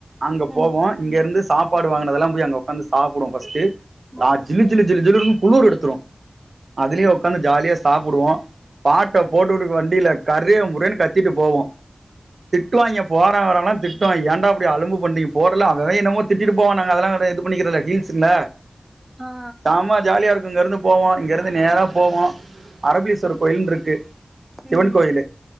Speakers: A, on the right; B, on the right.
A: அங்க
B: ம்
A: போவோ இங்கிருந்து சாப்ட் சாப்பாடு வாங்குனதெல்லா போய் அங்க உக்காந்துசாப்டுவோ ஃபஸ்டு சா
B: ஆ
A: ஜிலு ஜிலு ஜிலு ஜிலுன் துரு அதுலயு உட்காந்து ஜாலியா சாப்டுவோ பாட்ட போட்டுவுட்டு வண்டில கரு முறுனு கத்திட்டு போவோ திட்டுவாய்ங்க போரவ வரவன்லா ஏன்டா இப்டி அலும்பு பன்றிங்க போடல அவஅவ என்னமோ திட்டிட்டு போவா அதெல்லா இது பன்றதில்ல கில்ஸ்ல
B: ஆ
A: சாமா ஜாலியாருக் இங்க இருந்து போவோ இங்க இருந்து நேரா போவோ அரபிலீஸ்வர் கோயில்னுருக்கு சிவன்
B: ம்
A: கோயிலு